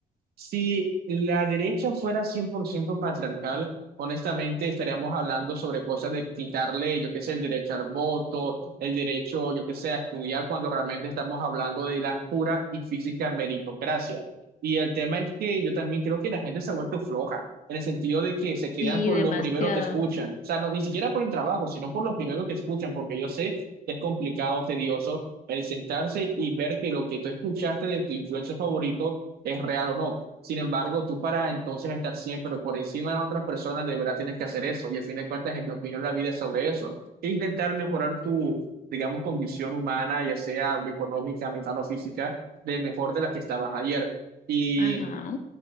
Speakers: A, on the right (about 80°); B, on the left (about 55°).
A: si la derecha fuera 100% patriarcal, honestamente estaríamos hablando sobre cosas de quitarle, yo qué sé, el derecho al voto, el derecho, yo qué sé, a estudiar, cuando realmente estamos hablando de la pura y física meritocracia. Y el tema es que yo también creo que la gente se ha vuelto floja, en el sentido de que se quedan
B: Sí,
A: con
B: demasiado.
A: lo primero que escuchan. O sea, no, ni siquiera por el trabajo, sino por lo primero que escuchan, porque yo sé que es complicado, tedioso el sentarse y ver que lo que tú escuchaste de tu influencer favorito es real o no. Sin embargo, tú para entonces estar siempre por encima de las otras personas, de verdad tienes que hacer eso. Y a fin de cuentas, en mi opinión, la vida es sobre eso. E intentar mejorar tu, digamos, condición humana, ya sea económica, mental o física, de mejor de la que estabas ayer. Y
B: Ajá.